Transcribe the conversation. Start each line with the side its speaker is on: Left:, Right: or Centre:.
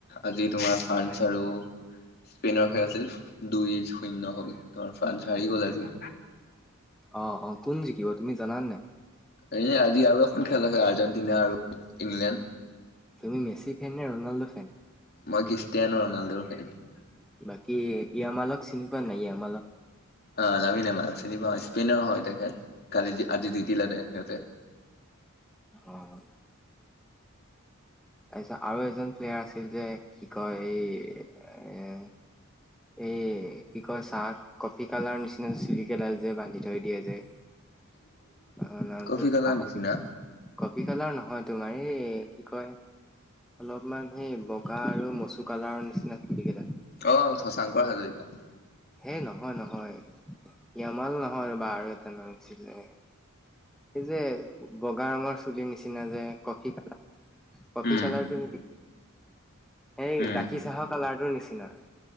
Left: আজি তোমাৰ ফ্ৰান্স আৰু স্পেইনৰ খেল আছিল, দুই শূন্য হ'ল তোমাৰ। ফ্ৰান্স হাৰি গ'ল আজি।
Centre: অ', অ। কোন জিকিব তুমি জানানে নাই?
Left: এ, আজি আৰু এখন খেল আছে, আৰ্জেণ্টিনা আৰু ইংলেণ্ড।
Centre: তুমি মেচি ফ্ৰেণ্ড নে ৰনাল্ডো ফ্ৰেণ্ড?
Left: মই ক্ৰীষ্টিয়ানো ৰনাল্ডোৰ ফ্ৰেণ্ড।
Centre: বাকী য়ামালক চিনি পোৱা নে নাই য়ামালক?
Left: অ', লামিন য়ামাল চিনি পাওঁ স্পেইনৰ হয় তেখেত। কালি, আজি জিকিলে সিহঁতে।
Centre: অ',। তাৰপিছত, আৰু এজন প্লেয়াৰ আছিল যে, কি কয় এই এ এই কি কয় চাহ, কফি কালাৰ নিচিনা, চুলিকেইডাল যে বান্ধি থৈ দিয়ে যে
Left: <inaudible>
Centre: অ', নামটো
Left: কফি কালাৰ
Centre: পাহৰিলোঁ,
Left: নিচিনা
Centre: কফি কালাৰ নহয় তোমাৰ এই কি কয়? অলপমান সেই বগা আৰু মচু কালাৰ নিচিনা চুলি কেইডাল।
Left: অ', শশাংকৰ হাজৰিকা।
Centre: হে নহয়, নহয়। য়ামাল নহয় ৰ'বা আৰু এটা নাম আছিলে। এই যে বগা ৰঙৰ চুলিৰ নিচিনা যে, কফি কালাৰ, কফি
Left: উম
Centre: কালাৰটো নেকি? এই
Left: উম।
Centre: গাখীৰ চাহৰ কালাৰটোৰ নিচিনা।